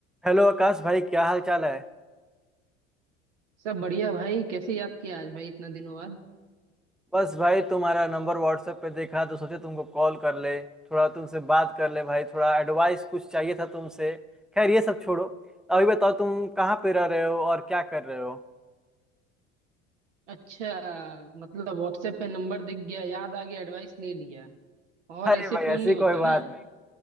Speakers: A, in the centre; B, on the right.
A: Hello Akash भाई क्या हाल चाल है
B: सब बढ़िया भाई कैसे याद किया आज भाई इतना दिनों बाद
A: बस भाई तुम्हारा नंबर व्हाट्सएप पे देखा तो सोचे तुमको कॉल कर ले थोड़ा तुमसे बात कर ले भाई थोड़ा एडवाइस कुछ चाहिए था तुमसे खैर ये सब छोड़ो अभी बताओ तुम कहाँ पे रह रहे हो और क्या कर रहे हो
B: अच्छा मतलब व्हाट्सएप पे नंबर दिख गया याद आ गया एडवाइस ले लिया और
A: अरे
B: ऐसे
A: भाई
B: फोन
A: ऐसी
B: नहीं
A: कोई
B: होता
A: बात
B: ना
A: नहीं